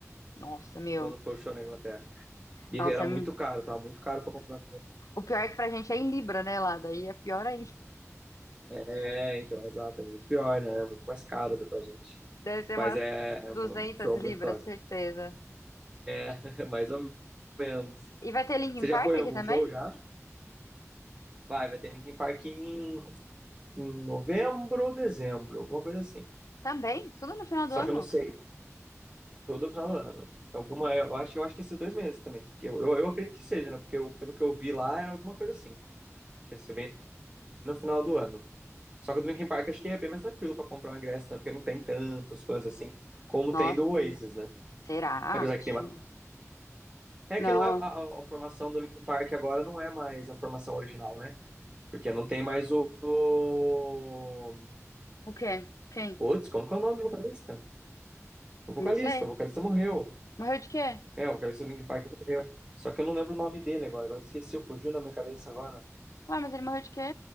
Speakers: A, on the left; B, on the right.
A: Nossa, meu.
B: quando foi o show na Inglaterra. E
A: Nossa,
B: era
A: é-
B: muito caro, tava muito caro pra comprar.
A: o pior é que pra gente é em Libra, né, lá? Daí é pior ainda. <laughs>
B: É, então, exato, é muito pior, né? É muito mais caro do que pra gente.
A: Deve ter
B: Mas
A: umas
B: é,
A: duzentas
B: é um show
A: libras,
B: muito top.
A: certeza.
B: <laughs> Mais ou menos.
A: E vai ter Linkin
B: Você já
A: Park
B: foi
A: aqui
B: em algum
A: também?
B: show já? Vai, vai ter Linkin Park em, em novembro ou dezembro, alguma coisa assim.
A: Também? Tudo no final
B: Só
A: do ano?
B: que eu não sei. Todo final do ano. Alguma, eu acho, eu acho que esses dois meses também. Que Eu, eu, eu acredito que seja, né? Porque eu- pelo que eu vi lá, era alguma coisa assim. Que ia ser bem no final do ano. Só que o do Linkin Park acho que é bem mais tranquilo pra comprar um ingresso, né? Porque não tem tantos fãs assim como
A: Nossa,
B: tem do
A: tem
B: Oasis,
A: uma-
B: né?
A: será?
B: Apesar
A: Acho
B: que tem
A: que Não,
B: É
A: Não,
B: que não é
A: ó.
B: a, a- a formação do Linkin Park agora não é mais a formação original, né? Porque não tem mais o. o-
A: O quê? Quem?
B: Putz, como que é o nome do vocalista? O vocalista,
A: Não sei.
B: o vocalista morreu.
A: Morreu de quê?
B: É, o vocalista do Linkin Park morreu. Só que eu não lembro o nome dele agora. Agora que esqueci, fugiu na minha cabeça agora.
A: Ué, mas ele morreu de quê?